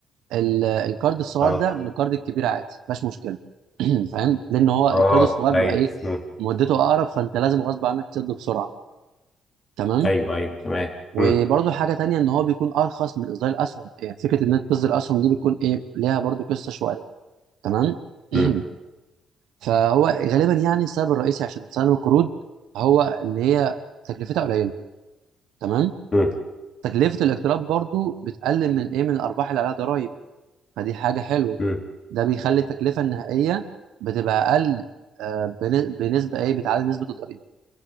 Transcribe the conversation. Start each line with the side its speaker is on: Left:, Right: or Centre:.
Right: ال- الكارد الصغير
Left: اه
Right: ده من الكارد الكبير عادي مفيهاش مشكله <clears throat> فاهم لان هو
Left: اه
Right: الكارد الصغير
Left: ايوه
Right: بيبقى ايه
Left: مم.
Right: مدته اقرب فانت لازم غصب عنك تسده بسرعه تمام
Left: ايوه ايوه تمام
Right: وبرده
Left: مم.
Right: حاجه تانية ان هو بيكون ارخص من اصدار الاسهم يعني فكره انك تصدر اسهم دي بتكون ايه ليها برده قصه شويه تمام
Left: مم.
Right: <clears throat> فهو غالبا يعني السبب الرئيسي عشان تسلم القروض هو ان هي تكلفتها قليله تمام
Left: مم.
Right: تكلفه الاقتراض برضو بتقلل من ايه من الارباح اللي عليها ضرائب فدي حاجه حلوه
Left: مم.
Right: ده بيخلي التكلفه النهائيه بتبقى اقل آه، بن- بنسبه ايه بتعادل نسبه الضريبه